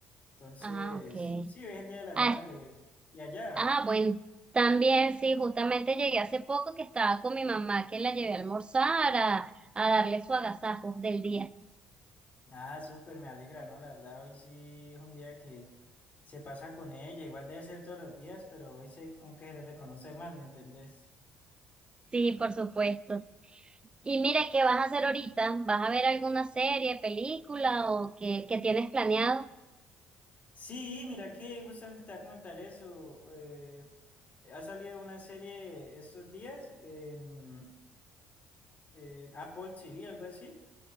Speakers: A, on the left (about 40°); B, on the right (about 25°).
A: Entonces,
B: Ah, ok.
A: sí, es el Día de las
B: Ah,
A: Madres. ¿Y allá?
B: ah, bueno. También sí, justamente llegué hace poco que estaba con mi mamá que la llevé a almorzar a, a darle su agasajo del día.
A: Ah, súper, me alegra, ¿no? La verdad, hoy sí es un día que se pasa con ella, igual debe ser todos los días, pero hoy se como que se le reconoce más, ¿me entendés?
B: Sí, por supuesto. Y mira, ¿qué vas a hacer ahorita? ¿Vas a ver alguna serie, película o qué, qué tienes planeado?
A: Sí, mira que justamente te voy a comentar eso. eh, ha salido una serie esos días en, en Apple TV, algo así,